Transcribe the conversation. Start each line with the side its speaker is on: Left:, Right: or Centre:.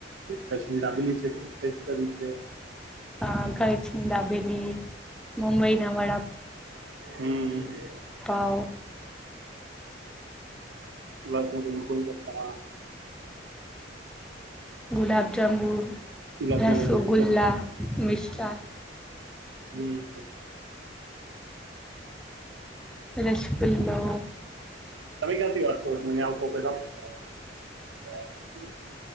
Right: કશ તે દાબેલી છ. તે ટેસ્ટ કરી છે?
Centre: હા, કઈછની દાબેલી મુંબઈના વડા
Right: હમ.
Centre: પાાવ
Right: ઉલ્લાસનગરનો કોઈ પ અઆ
Centre: ગુલાબ જાંબુન,
Right: ઉલ્લાસનગર
Centre: રસોગુલ્લા,
Right: ગોલગપ્પા
Centre: મિસ્ટ તાન
Right: તમે
Centre: રસગુલ્લો
Right: ક્યાંથી વાત કરો છો? ન્યા આવું <unintelligible> <inaudible>